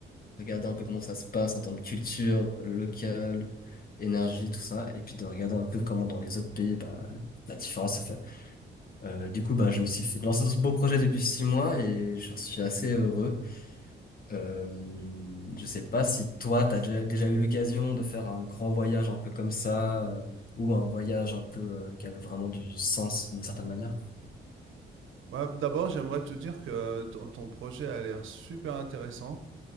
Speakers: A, on the left; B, on the right.
A: regarder un peu comment ça se passe en termes de culture locale, énergie, tout ça, et puis de regarder un peu comment dans les autres pays, bah, la différence se fait. Euh, du coup, bah, je me suis fait lancer dans ce beau projet depuis six mois et j'en suis assez heureux. Euh, je sais pas si toi, t'as déjà, déjà eu l'occasion de faire un grand voyage un peu comme ça, euh, ou un voyage un peu euh, qui avait vraiment du sens d'une certaine manière.
B: Bah, d'abord, j'aimerais te dire que ton, ton projet a l'air super intéressant.